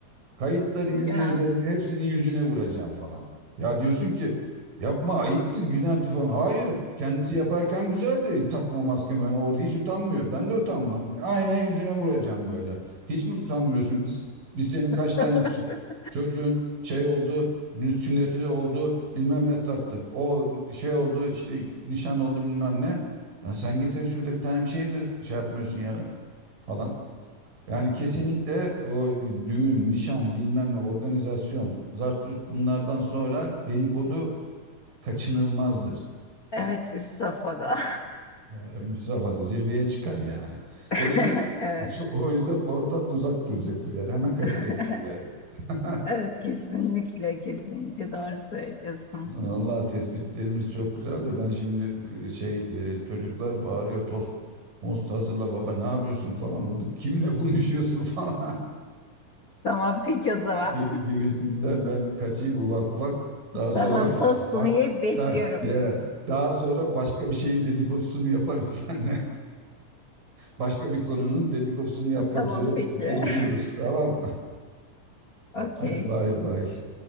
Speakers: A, on the right; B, on the left.
A: Kayıtları izleyeceğim,
B: Ya.
A: hepsinin yüzüne vuracağım falan. Ya diyorsun ki yapma ayıptır, günahtır falan. Hayır, kendisi yaparken güzeldi takma maske falan. Orada hiç utanmıyor. Ben de utanmam. Aynen yüzüne vuracağım böyle. Hiç mi utanmıyorsun? Biz, biz senin kaç
B: <laughs>
A: tane ç- çocuğun şey oldu, sünneti oldu, bilmem ne taktık. O şey oldu, işte nişan oldu bilmem ne. Ya sen getirip şurada bir tane bir şey de şey yapmıyorsun ya falan. Yani kesinlikle o düğün, nişan, bilmem ne, organizasyon, zartut bunlardan sonra dedikodu kaçınılmazdır.
B: Evet üst safhada.
A: Ee, Üst Safhada zirveye çıkar yani.
B: <laughs>
A: O yüzden
B: Evet.
A: <laughs> o yüzden oradan uzak duracaksın yani. Hemen kaçacaksın
B: <laughs>
A: yani. <laughs>
B: Evet kesinlikle kesinlikle doğru söylüyorsun.
A: Vallahi tespitlerimiz çok güzel de ben şimdi e, şey e, çocuklar bağırıyor tost most hazırla baba ne yapıyorsun falan orada kimle konuşuyorsun <laughs> falan
B: Tamam peki o zaman.
A: gi- gibisinden ben kaçayım ufak ufak. Daha
B: Tamam
A: sonra fa-
B: tostunu
A: fak
B: yiyip bekliyorum.
A: da- ya, daha sonra başka bir şeyin dedikodusunu yaparız <laughs> seninle. Başka bir konunun dedikodusunu yapmak
B: Tamam
A: üzere
B: peki.
A: bu- buluşuruz.
B: <laughs>
A: Tamam.
B: Okey.
A: Hadi bay bay.